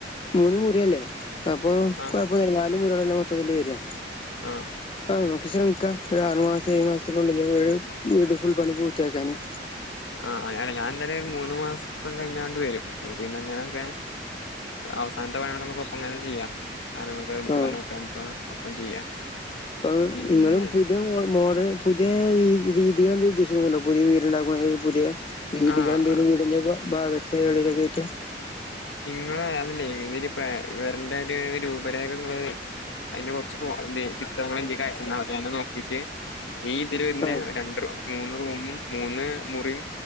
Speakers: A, on the left; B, on the left.
A: മൂന്ന് മുറില്ലേ അപ്പൊ
B: ആഹ്
A: കൊഴപ്പം ഒന്നുല്ല നാലുമുറികളല്ലെ മൊത്തത്തിൽ വരിക
B: ആഹ്
A: ആഹ് നമുക്ക് ശ്രമിക്കാം ഒരു ആറു മാസം ഏഴ് മാസത്തിനുള്ളിൽ വീട് ഫുൾ പണി പൂർത്തിയാക്കാന്
B: ആഹ് അല്ലെ ഞാൻ എന്തായാല് ഒരു മൂന്ന് മാസം കഴിഞ്ഞാണ്ട് വരും നമക്ക് പിന്നെ അങ്ങനെ നിക്ക അവസാനത്തെ വേഗങ്ങനെ ഒപ്പം അങ്ങനെ ചെയ്യാം ആഹ് നമ്മുക്ക് എടുക്കാനും
A: ആഹ്
B: വയ്ക്കാനൊക്ക ഒപ്പം ചെയ്യാം
A: അപ്പ
B: പിന്നെ
A: നിങ്ങളും പുതിയോ മോ മോഡല് പുതിയ രീതി രീതികൾ എന്ത് ഉദ്ദേശിക്കുന്നുണ്ടോ പുതിയ വീട് ഉണ്ടാക്കുവാൻ പുതിയ രീതികൾ
B: ആഹ്
A: എന്തെങ്കിലും വീടിന്റെ ഭ ഭാഗത്ത് എവിടലൊക്കെ ആയിട്ട്
B: നിങ്ങള് അതിലെ ഇതില്പ് വരണ്ട ഒരു രൂപരേഖങ്ങള് അതിന്റെ കുറച്ച് ചിത്രങ്ങള് എന്റെയിലേക്ക് അയച്ചു തന്നാമതി അതിന നോക്കീട്ട് ഈ ഇതില് പിന്നെ
A: ആഹ്
B: രണ്ട് മൂന്ന് റൂമും. മൂന്ന് മുറിയും